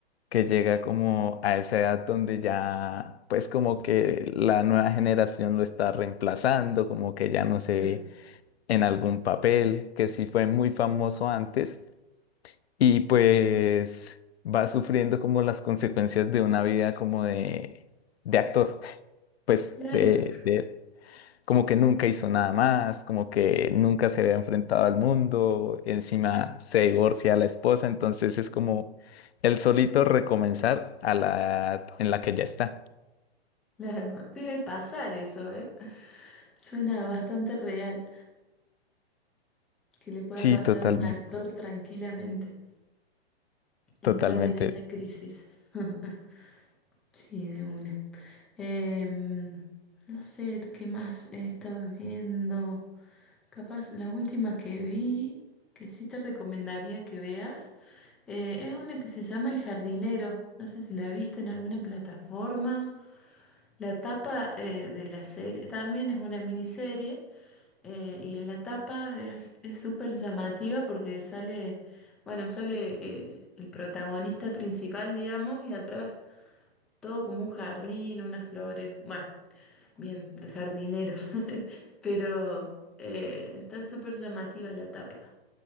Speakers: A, on the left; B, in the centre.
A: que llega como a esa edad donde ya, pues como que la nueva generación lo está reemplazando, como que ya no se
B: Ujú.
A: ve en algún papel, que sí fue muy famoso antes y pues va sufriendo como las consecuencias de una vida como de, de actor, pues
B: Claro,
A: de, de como que nunca hizo nada más, como que nunca se había enfrentado al mundo, encima se divorcia a la esposa, entonces es como el solito recomenzar a la edad en la que ya está.
B: claro. Debe pasar eso, ¿eh? Suena bastante real que le pueda
A: Sí,
B: pasar
A: totalmente,
B: a un actor tranquilamente, entrar
A: totalmente.
B: en esa crisis. <laughs> Sí, de una. Em, no sé qué más he estado viendo. Capaz la última que vi, que sí te recomendaría que veas, eh, es una que se llama El Jardinero. No sé si la viste en alguna plataforma. La tapa eh, de la serie también es una miniserie eh, y en la tapa es es súper llamativa porque sale, bueno, sale eh, el protagonista principal, digamos, y atrás todo como un jardín, unas flores. Bueno, Bien, el jardinero. <laughs> Pero eh, está súper llamativa la tapa.